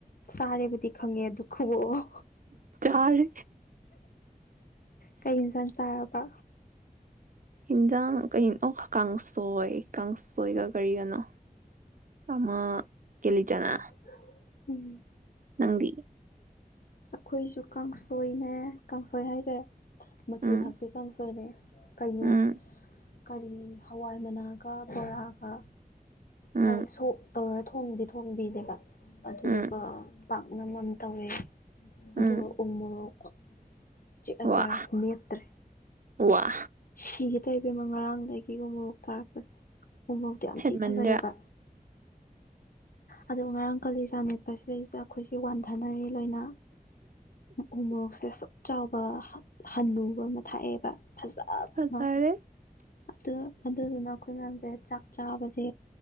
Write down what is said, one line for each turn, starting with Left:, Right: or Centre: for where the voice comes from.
Left: ꯆꯥꯔꯦꯕꯨꯗꯤ ꯈꯪꯉꯦ ꯑꯗꯨ ꯈꯨꯕꯣꯛꯑꯣ
Right: ꯆꯥꯔꯦ
Left: ꯀꯩꯏꯟꯖꯥꯡ ꯌꯥꯔꯕ
Right: ꯏꯟꯖꯥꯡ ꯀꯩꯅ ꯑꯣ ꯀꯥꯡꯁꯣꯏ ꯀꯥꯡꯁ ꯁꯣꯏꯒ ꯀꯔꯤꯒꯅꯣ ꯑꯃ ꯀꯦꯂꯤꯆꯅꯥ
Left: ꯀꯤꯂꯤꯆꯅꯥ ꯎꯝ
Right: ꯅꯪꯗꯤ
Left: ꯑꯈꯣꯏꯁꯨ ꯀꯥꯡꯁꯣꯏꯅꯦ ꯀꯥꯡꯁꯣꯏ ꯍꯥꯏꯁꯦ ꯃꯆꯨ
Right: ꯎꯝ
Left: ꯊꯥꯛꯄꯤ ꯀꯥꯡꯁꯣꯏꯅꯦ ꯀꯩꯅꯣ
Right: ꯎꯝ
Left: ꯀꯔꯤ ꯍꯋꯥꯏ ꯃꯅꯥꯒ ꯕꯣꯔꯥꯒ
Right: ꯎꯝ
Left: ꯍꯥꯏꯗꯤ ꯁꯣꯛ ꯇꯧꯔ ꯊꯣꯡꯕꯤꯗꯣ ꯊꯣꯡꯕꯤꯅꯦꯕ ꯑꯗꯨꯏꯗꯨꯀꯣ
Right: ꯎꯝ
Left: ꯄꯥꯛꯅꯝ ꯑꯝ ꯇꯧꯔꯦ ꯑꯗꯨꯒ
Right: ꯎꯝ
Left: ꯎꯃꯣꯔꯣꯛ ꯆꯦ ꯑꯆꯥꯔ
Right: ꯋꯥ
Left: ꯃꯦꯠꯇ꯭ꯔꯦ
Right: ꯋꯥ
Left: ꯁꯤꯒꯦ ꯇꯧꯏ ꯏꯕꯦꯝꯃ ꯉꯔꯥꯡꯗꯒꯤ ꯎꯃꯣꯔꯣꯛ ꯆꯥꯔꯛꯄꯟ ꯎꯃꯣꯔꯣꯛꯇꯣ ꯌꯥꯝ
Right: ꯍꯦꯟꯃꯟꯗ꯭ꯔꯥ
Left: ꯊꯤꯅ ꯐꯖꯩꯌꯦꯕ ꯑ ꯉꯔꯥꯡ ꯀꯥꯂꯤꯖꯥꯃꯤꯠꯄꯁꯤꯗꯩꯁꯤꯗ ꯑꯩꯈꯣꯏꯁꯦ ꯋꯥꯟꯊꯅꯔꯦ ꯂꯣꯏꯅ ꯎ ꯃꯣꯔꯣꯛꯁꯦ ꯁꯁꯨꯛ ꯆꯥꯎꯕ ꯍꯟꯅꯨꯕ ꯑꯃ ꯊꯥꯛꯑꯦꯕ ꯐꯖꯕ
Right: ꯐꯖꯔꯦ
Left: ꯑꯃ ꯑꯗꯨ ꯑꯗꯨꯗꯨꯅ ꯑꯩꯈꯣꯏ ꯃꯌꯥꯝꯁꯦ ꯆꯥꯛ ꯆꯥꯕꯁꯦ